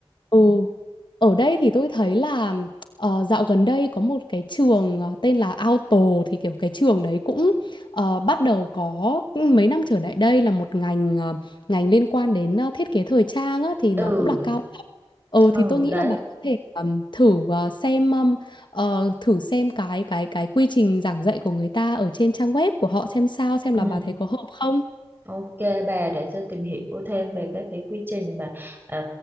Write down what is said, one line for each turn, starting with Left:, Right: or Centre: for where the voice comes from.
Left: ừ. Ở đây thì tôi thấy là ờ, dạo gần đây có một cái trường ờ, tên là Auto thì kiểu cái trường đấy cũng ờ, bắt đầu có mấy năm trở lại đây là một ngành ờ, ngành liên quan đến ờ, thiết kế thời trang á, thì nó
Right: ừ
Left: cũng là cao học. Ừ
Right: ừ
Left: thì tôi nghĩ
Right: đấy
Left: là bạn có thể ừm, thử ờ, xem ừm, ờ, thử xem cái cái cái quy trình giảng dạy của người ta ở trên trang web của họ xem sao xem
Right: ừ
Left: là bà thấy có hợp không.
Right: Ok bà để tôi tìm hiểu thêm về các cái quy trình mà ờ,